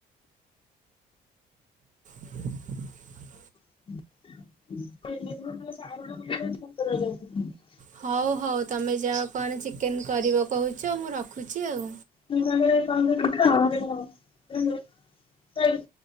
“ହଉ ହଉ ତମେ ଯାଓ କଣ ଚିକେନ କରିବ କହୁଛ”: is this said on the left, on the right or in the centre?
Right